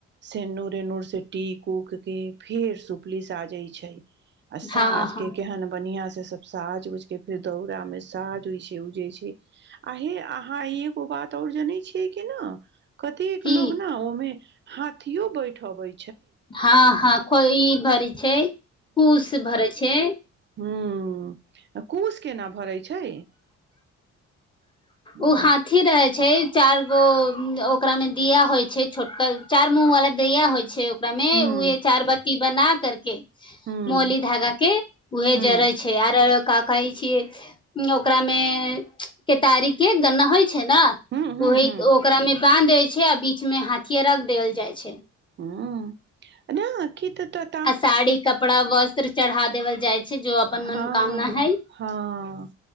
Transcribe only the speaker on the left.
हँ हँ
की
हँ हँ कोई भरी छै कूश भरे छै
ऊ हा थी रहै छै चार गो ओकरा में दिया होय छै छोटका चार मुह वाला दियाा होइ छै करा में
उहे चार बत्ती बना कर के
मोली धागा के उहे
जड़े छै छे आर कहै छियै ओकरा मे केतारी के गन्ना होइ छै छै न
ओहि
ओकरा मे बान् देै छै आ बीच में हाथियए रख देल जाइ छै
आ साड़ी कपड़ा वस्त्र चढ़ा देवल जाय छै जो अपन
मनोकामना हय